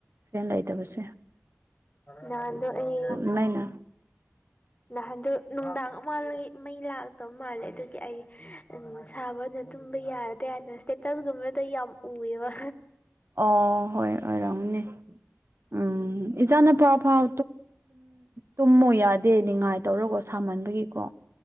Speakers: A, on the right; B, on the left.
A: ꯍꯦꯟ ꯂꯩꯇꯕꯁꯦ
B: ꯅ ꯑꯗꯨ ꯑꯩ
A: ꯅꯅꯦ
B: ꯅꯍꯟꯗ ꯅꯨꯡꯗꯥꯡ ꯑꯃ ꯂꯣꯏ ꯃꯩ ꯂꯥꯛꯇꯕ ꯃꯥꯜꯂꯦ ꯑꯗꯨꯒꯤ ꯑꯩ ꯎꯝ ꯁꯥꯕꯅ ꯇꯨꯝꯕ ꯌꯥꯔ ꯇꯦꯅ ꯏꯁꯇꯦꯇꯁꯒꯨꯝꯕꯗ ꯌꯥꯝ ꯎꯑꯦꯕ
A: ꯑꯣ ꯍꯣꯏꯔꯥꯎꯅꯤ ꯎꯝ ꯏꯆꯥꯅ ꯄꯥꯎ ꯐꯥꯎ ꯇꯨꯝꯃꯨ ꯌꯥꯗꯦ ꯅꯤꯡꯉꯥꯏ ꯇꯧꯔꯒꯣ ꯁꯥꯃꯟꯕꯒꯤꯀꯣ